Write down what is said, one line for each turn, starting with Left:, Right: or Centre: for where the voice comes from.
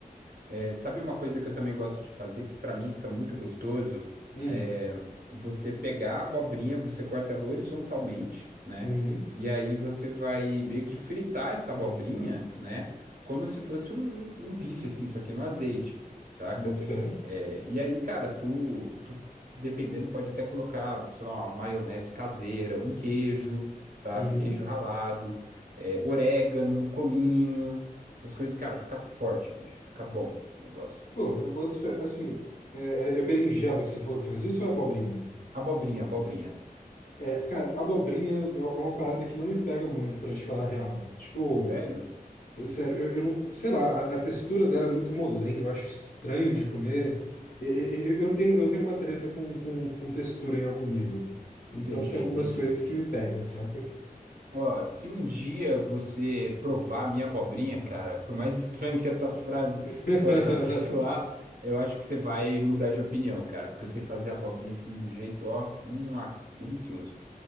Right: É, sabe uma coisa que eu também gosto de fazer, que pra mim fica muito gostoso?
Left: Hum,
Right: É você pegar a abobrinha, você corta ela horizontalmente, né?
Left: uhum,
Right: E aí você vai meio que fritar essa abobrinha, né? Como se fosse um, um- um bife, assim, só que no azeite, saca?
Left: boto fé.
Right: É, e aí, cara, tu, tu, dependendo, pode até colocar, sei lá, uma maionese caseira, um queijo, sabe?
Left: Uhum.
Right: Queijo ralado, é, orégano, cominho. Essas coisas, cara, fica forte, bicho, fica bom negócio.
Left: Pô, eu boto fé. Assim, é, é é berinjela que você falou que faz isso ou é abobrinha?
Right: Abobrinha, abobrinha.
Left: É, cara, abobrinha é é uma parada que não me pega muito, pra te falar a real. Tipo,
Right: Sério?
Left: sério, eu, eu não. Sei lá, a, a textura dela é muito molenga, eu acho estranho de comer. E- e- e- Eu, tenho, eu tenho uma treta com, com, com textura em algum nível. Então
Right: Entendi,
Left: tem
Right: entendi.
Left: algumas coisas que me pegam, saca?
Right: Ó, se um dia você provar a minha abobrinha, cara, por mais <laughs> estranho que essa frase
Left: <laughs>
Right: possa <laughs> soar, eu acho que você vai mudar de opinião, cara, porque eu sei fazer a abobrinha assim de um jeito, ó, hum, ah, delicioso.